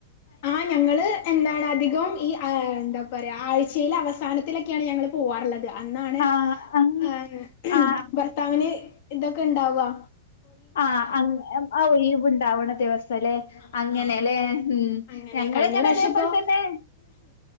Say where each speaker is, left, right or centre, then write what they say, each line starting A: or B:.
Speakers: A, on the left; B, on the left.
A: ആ ഞങ്ങള് എന്താണ് അധികം ഈ ആ എന്താ പറയാ ആഴ്ചയിലെ അവസാനത്തിലൊക്കെയാണ് ഞങ്ങള് പോവാറ്ള്ളത് അന്നാണ്
B: ആ അങ്ങ്
A: ഏ
B: ആ
A: ഭർത്താവിന് ഇതൊക്കെ ഇണ്ടാവാ
B: ആ ആ ഒഴിവ് ണ്ടാവണ ദിവസല്ലേ
A: ആഹ്
B: അങ്ങനെല്ലേ
A: ആഹ്
B: ഉ
A: അങ്ങനെ
B: ഞങ്ങിങ്ങനെതേപോലെ
A: കഴിഞ്ഞ പ്രാവശ്യം ഇപ്പോ
B: തന്നെ